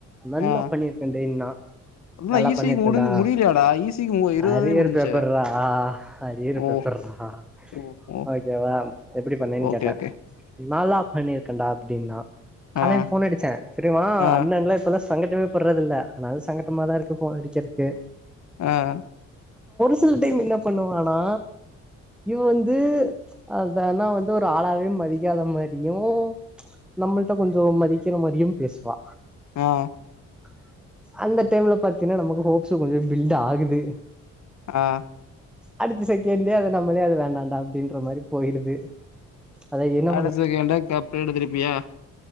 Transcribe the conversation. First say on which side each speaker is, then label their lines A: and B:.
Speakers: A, in the centre; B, on the left (about 65°).
A: நல்லா
B: ஆ
A: பண்ணியிருக்கே டா நா
B: அதெல்லா
A: நல்லா
B: ஈ
A: பண்ணிருக்கன்டா
B: சி க்கு முடிஞ்சு முடியலையாடா ஈ சி க்கு மு இருவதாந்
A: அரியற
B: தேதி முடிஞ்ச்சே
A: பேப்பர்ரா அரியிற
B: ஓ
A: பேப்பர்ரா
B: ஓ ஓ
A: ஓகேவா எப்டி பண்ணேன்னு
B: ஓகே
A: கேட்டேன்
B: ஓகே
A: நல்லா பண்ணிக்கண்டா அப்டின்னா காலயில
B: ஆ
A: போன் அடிச்சேன் தெரியமா
B: ஆ
A: அண்ணன்லாம் செலஸ் சங்கட்டமே பட்ரத்தில்ல இருந்தாலும் சங்கட்டமாகதான் இருக்கு போன்டிக்கேன் ஓகே
B: ஆஹம்
A: சில டைம் என்ன பண்ணுவானா இவ வந்து அந்தானா வந்து ஒரு ஆளாவே மதிக்காத மாரியும் நம்முள்ட்ட கொஞ்சம் மதிக்கிற மாதிரியும் பேசுவா
B: ஆஹ்
A: க அந்த டைம்ல பாத்தீங்கனா நமக்கு ஹோப்ஸ் கொஞ்சம் பில்டாகுது
B: ஆஹ்
A: அடுத்த செகண்டே அத நம்மளே அதவேணண்டா அப்டின்ற மாரி போயிருது அத என்ன
B: அடுத்தச்செகண்டா கப் எடுத்துருப்பியா